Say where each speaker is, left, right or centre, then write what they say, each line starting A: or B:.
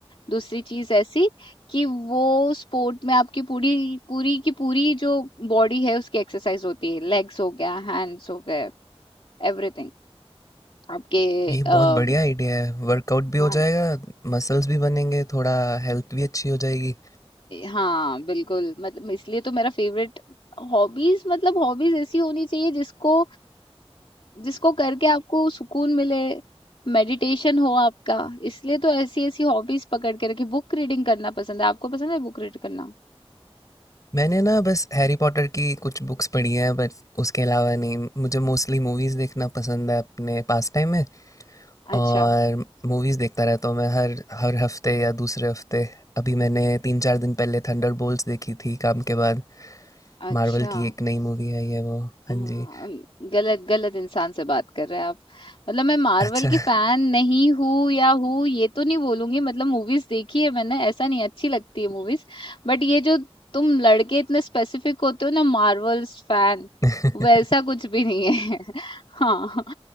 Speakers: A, on the left; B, on the left.
A: दूसरी चीज ऐसी कि वो स्पोर्ट में आपकी पूरी पूरी की पूरी जो बॉडी है उसकी एक्सरसाइज होती है लेग्स हो गया हैंड्स हो गए एवरीथिंग आपके
B: ये बहुत
A: आ,
B: बढ़िया आइडिया है, वर्कआउट भी हो
A: हाँ
B: जाएगा, मसल्स भी बनेंगे, थोड़ा हेल्थ भी अच्छी हो जाएगी।
A: हाँ बिल्कुल मतलब इसलिए तो मेरा फेवरेट हॉबीज मतलब हॉबीज ऐसी होनी चाहिए जिसको जिसको करके आपको सुकून मिले मेडिटेशन हो आपका इसलिए तो ऐसी ऐसी हॉबीज पकड़ के रखी बुक रीडिंग करना पसंद है आपको पसंद है बुक रीड करना
B: मैंने ना बस हैरी पॉटर की कुछ बुक्स पढ़ी हैं बट उसके अलावा नहीं मुझे मोस्टली मूवीज़ देखना पसंद है अपने पास टाइम में
A: अच्छा
B: और मूवीज़ देखता रहता हूँ मैं हर हर हफ्ते या दूसरे हफ्ते अभी मैंने तीन चार दिन पहले थंडर देखी थी काम के बाद
A: अच्छा
B: मार्वल की एक नई मूवी है ये वो हाँ
A: हाँ
B: जी
A: गलत गलत इंसान से बात कर रहे हैं आप मतलब मैं मार्वल
B: अच्छा
A: की फैन नहीं हूँ या हूँ ये तो नहीं बोलूंगी मतलब मूवीज देखी है मैंने ऐसा नहीं अच्छी लगती है मूवीज बट ये जो तुम लड़के इतने स्पेसिफिक होते हो ना मार्वल्स फैन
B: <laughs>
A: वैसा कुछ भी नहीं है <laughs> हाँ